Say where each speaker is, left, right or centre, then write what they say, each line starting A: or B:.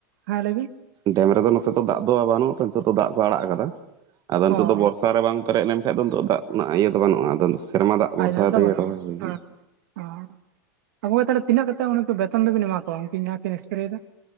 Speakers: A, on the right; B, on the right.
A: ᱦᱮᱸ ᱞᱟᱹᱭ ᱵᱤᱱ
B: ᱰᱮᱢ ᱨᱮᱫᱚ ᱱᱚᱛᱮ ᱫᱚ ᱫᱟᱜ ᱫᱚ ᱵᱟᱹᱱᱩᱜ ᱟᱠᱟᱫᱟ ᱛᱚ ᱱᱤᱛᱚᱜ ᱫᱚ ᱫᱟᱜ ᱠᱚ ᱟᱲᱟᱜ ᱟᱠᱟᱫᱟ ᱟᱫᱚ
A: ᱚ
B: ᱱᱤᱛᱚᱜ ᱫᱚ
A: ᱚ
B: ᱵᱚᱨᱥᱟ ᱨᱮ ᱵᱟᱝ ᱯᱮᱨᱮᱡ ᱞᱮᱱᱠᱷᱟᱱᱡ ᱫᱚ ᱱᱤᱛᱚᱜ ᱫᱟᱜ ᱨᱮᱱᱟᱜ ᱤᱭᱟᱹᱫᱚ ᱵᱟᱹᱱᱩᱜ-ᱟ, ᱟᱫᱚ ᱥᱮᱨᱢᱟ ᱫᱟᱜ ᱵᱷᱚᱨᱥᱟ
A: ᱟᱡᱷᱟᱨ ᱫᱚ
B: ᱛᱮᱜᱮ
A: ᱵᱟᱹᱱᱩᱜᱼᱟ
B: ᱨᱚᱦᱚᱭ ᱦᱩᱭ
A: ᱦᱮᱸ
B: ᱠᱟᱱᱟ ᱾
A: ᱚ ᱟᱵᱚ ᱛᱟᱦᱚᱞᱮ ᱛᱤᱱᱟᱹᱜ ᱠᱟᱛᱮᱫ ᱩᱱᱠᱩ ᱵᱮᱛᱚᱱ ᱫᱚᱵᱤᱱ ᱮᱢᱟ ᱠᱚᱣᱟ ᱩᱱᱠᱤᱱ ᱡᱟᱦᱟᱸ ᱠᱤᱱ ᱮᱥᱯᱨᱮᱫᱟ,